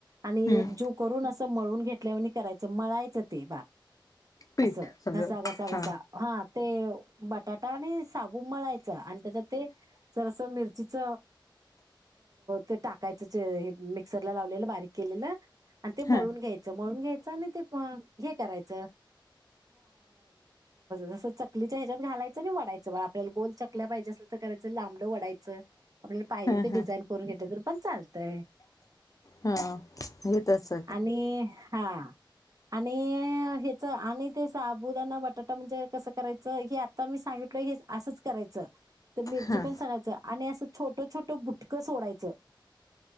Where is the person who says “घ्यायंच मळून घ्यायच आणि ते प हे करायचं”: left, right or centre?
Right